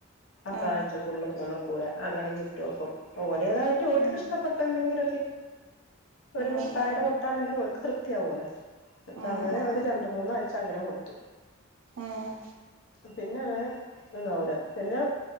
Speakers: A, on the left (about 80°); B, on the right (about 80°).
A: അപ്പൊ
B: ആഹ്
A: ആഴ്ച ഫുള്ള് ഫോണെ ടുക്കൂല അങ്ങനെ ഗിഫ്റ്റ് വെക്കും ഓൽ വെതായിട്ട് ഓൽക്ക്
B: ഏഹ്
A: ഇഷ്ട്ടപ്പെട്ട എന്തെങ്കിലു ഒ ഒരു
B: ആഹ്
A: മുട്ടായിടെ
B: ആഹ്
A: പൊട്ടാണെങ്കിലും ഓല്ക്ക് തൃപ് ത്തി ആവോലോ ത
B: ആഹ്
A: അങ്ങനെ ഒരു
B: ആഹ്
A: രണ്ടുമൂന്നാഴ്ച അങ്ങനെ കൊടു ത്തും
B: ആഹ്
A: പിന്നെവര് ലോഡ് പിന്നെ